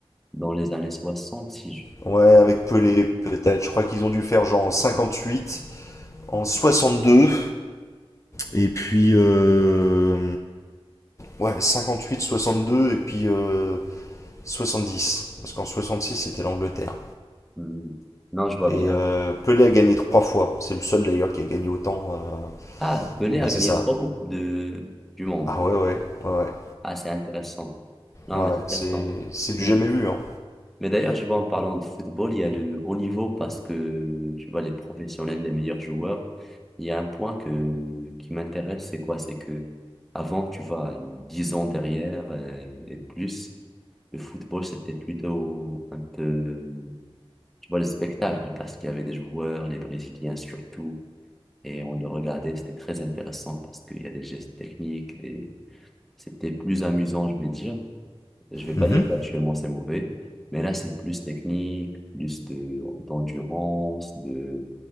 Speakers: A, in the centre; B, on the left.
A: dans les années 60, si je...
B: Ouais, avec Pelé, peut-être. Je crois qu'ils ont dû faire genre en huit en soixante-deux Et puis, euh, Ouais, cinquante-huit, soixante-deux et puis euh, 70 parce qu'en 66 c'était l'Angleterre.
A: Hmm. Non, je vois
B: Et
A: bien.
B: euh, Pelé a gagné trois fois. C'est le seul d'ailleurs qui a gagné autant. euh.
A: Ah, Pelé a
B: Ouais,
A: gagné
B: c'est ça.
A: trois coupes de... du monde.
B: Ah ouais, ouais, ouais, ouais.
A: Ah, c'est intéressant. Non,
B: Ouais,
A: mais c'est intéressant.
B: c'est c'est
A: Mais,
B: du jamais vu. Hein.
A: mais d'ailleurs, je vois en parlant de football, il y a le haut niveau parce que tu vois, les professionnels, les meilleurs joueurs, il y a un point que, qui m'intéresse, c'est quoi? C'est que avant, tu vois, 10 ans derrière euh, et plus, Le football, c'était plutôt un peu, tu vois, le spectacle, parce qu'il y avait des joueurs, les Brésiliens surtout, et on le regardait, c'était très intéressant parce qu'il y a des gestes techniques, des... c'était plus amusant, je vais dire. Je vais pas
B: Mhm.
A: dire qu'actuellement c'est mauvais, mais là, c'est plus technique, plus de, d'endurance, de,